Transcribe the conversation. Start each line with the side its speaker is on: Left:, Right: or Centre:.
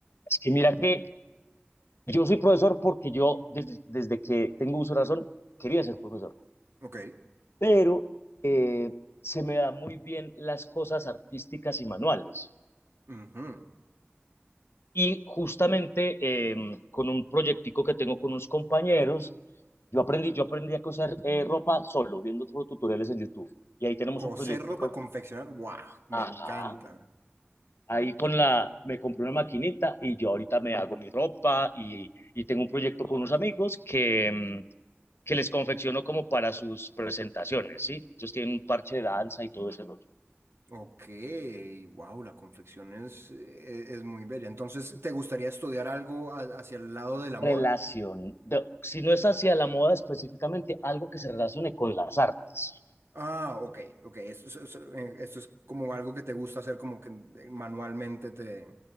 Left: Es que mira que yo soy profesor porque yo desde, desde que tengo uso de razón quería ser profesor.
Right: Ok.
Left: pero eh, se me da muy bien las cosas artísticas y manuales.
Right: Ujú.
Left: Y justamente eh, con un proyectico que tengo con unos compañeros, yo aprendí, yo aprendí a coser eh, ropa solo, viendo tutoriales en YouTube. Y ahí tenemos
Right: Coser
Left: un proyectico.
Right: ropa, confeccionar. ¡Wow! Me
Left: Ajá.
Right: encanta.
Left: Ahí con la, me compré una maquinita y yo ahorita me hago mi ropa y, y tengo un proyecto con unos amigos que, mm, que les confecciono como para sus presentaciones, ¿sí? Ellos tienen un parche de danza y todo ese rollo.
Right: Ok, wow, la confección es, e- es muy bella. Entonces, ¿te gustaría estudiar algo ha- hacia el lado de la
Left: relación,
Right: moda?
Left: de- si no es hacia la moda específicamente, algo que se relacione con las artes,
Right: Ah, ok, ok. Esto, es es- eh, esto es como algo que te gusta hacer, como que eh, manualmente te...